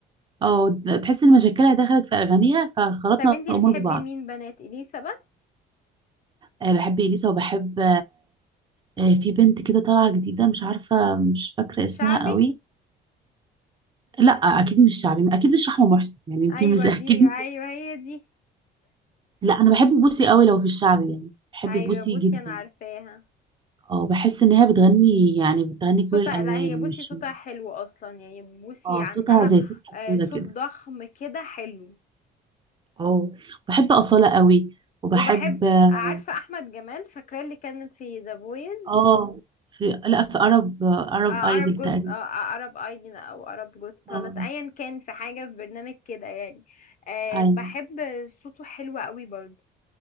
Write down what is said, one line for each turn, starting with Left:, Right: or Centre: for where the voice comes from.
Right: اه تحس ان مشاكلها دخلت في اغانيها فخلطنا
Left: طب انتي
Right: الامور
Left: بتحبي
Right: ببعض
Left: مين بنات اليسا بس
Right: أه بحب اليسا وبحب آه، في بنت كده طالعة جديدة مش عارفة مش فاكرة اسمها
Left: شعبي
Right: قوي لا أكيد مش شعبي أكيد مش رحمة محسن يعني أنت
Left: ايوه
Right: مش <laughs> أكيد
Left: دي ايوه هي دي
Right: لا أنا بحب بوسي قوي لو في الشعبي يعني بحب
Left: ايوه
Right: بوسي
Left: بوسي
Right: جدا
Left: انا عارفاها
Right: اه بحس إن هي بتغني يعني بتغني
Left: صوتها
Right: كل الألوان
Left: لا هي بوسي
Right: مش
Left: صوتها حلو اصلا يعني بوسي
Right: اه
Left: عندها
Right: صوتها زي فتحة
Left: آه،
Right: سودا
Left: صوت
Right: كده
Left: ضخم كده حلو
Right: اه بحب أصالة قوي وبحب
Left: وبحب
Right: اه
Left: عارفه احمد جمال فاكره اللي كانت في ذا فويس
Right: آه، في لا في أرب أرب
Left: عرب
Right: أيدل
Left: جود
Right: تقريبا
Left: عرب ايدين او عرب جود طلعت
Right: اه
Left: ايا كان في حاجه في برنامج كده يعني آه،
Right: أيوة
Left: بحب صوته حلو قوي برضه